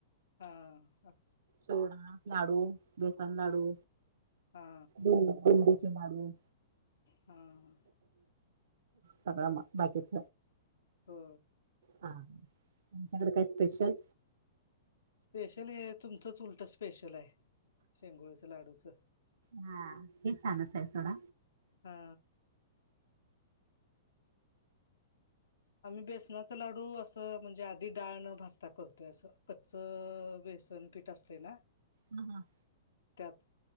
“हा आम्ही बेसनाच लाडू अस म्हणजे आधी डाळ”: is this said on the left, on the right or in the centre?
Left